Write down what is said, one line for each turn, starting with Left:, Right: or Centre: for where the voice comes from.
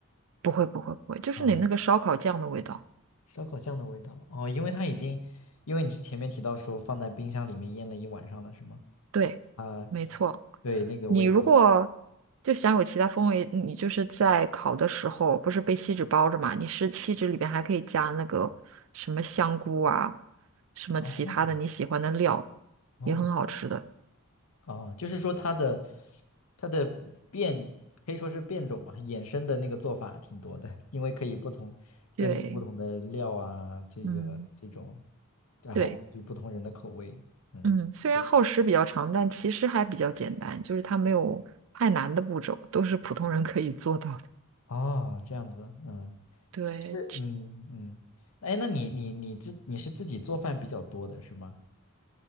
Right: 不会不会不会，就是你那个烧烤酱的味道。
Left: 嗯，烧烤酱的味道哦，因为它已经，因为你之前面提到说放在冰箱里面腌了一晚上了，是吗？
Right: 对，
Left: 啊，
Right: 没错。
Left: 对，那个味道，
Right: 你如果就想有其他风味，你就是在烤的时候，不是被锡纸包着嘛？你是锡纸里边还可以加那个什么香菇啊，什么其他的你喜欢的料，
Left: 哦哦
Right: 也很好吃的。
Left: 哦，就是说它的它的变可以说是变种嘛，衍生的那个做法挺多的，<laughs> 因为可以不同根据不同的料啊，
Right: 对，
Left: 这个这种，
Right: 嗯，
Left: 然后根据不同人的口味，
Right: 对。
Left: 嗯，
Right: 嗯，虽然耗时比较长，
Left: 是
Right: 但其实还比较简单，就是它没有太难的步骤，都是普通人可以做到的。
Left: 哦，这样子，嗯，
Right: 对，
Left: 其实，
Right: 吃
Left: 嗯嗯，哎，那你你你自你是自己做饭比较多的是吗？